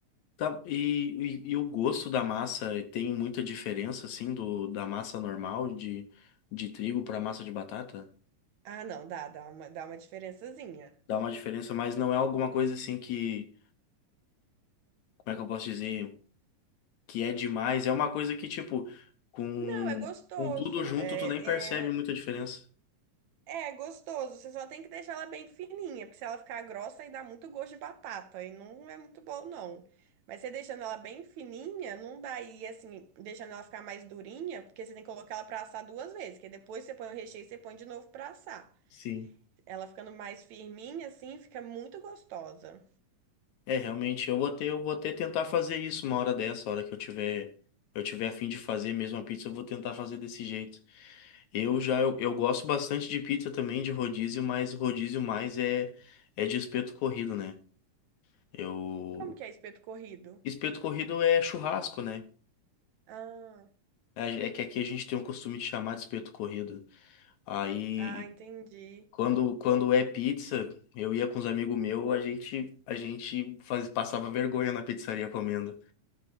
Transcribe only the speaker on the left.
Tá, e, e, e o gosto da massa eh, tem muita diferença, assim, do, da massa normal de, de trigo para massa de batata?
Dá uma diferença, mas não é alguma coisa assim que, como é que eu posso dizer, que é demais. É uma coisa que, tipo, com,
com tudo junto,
tu nem percebe
muita diferença.
Sim.
É, realmente, eu vou ter, eu vou até tentar fazer isso uma hora dessa, a hora que eu tiver, eu tiver a fim de fazer mesmo a pizza, eu vou tentar fazer desse jeito. Eu já, eu, eu gosto bastante de pizza também, de rodízio, mas rodízio mais é, é de espeto corrido, né? Eu...
Espeto corrido é churrasco, né?
É é que aqui a gente tem o costume de chamar de espeto corrido. Aí,
quando, quando é pizza, eu ia com os amigos meus, a gente, a gente faz, passava vergonha na pizzaria comendo.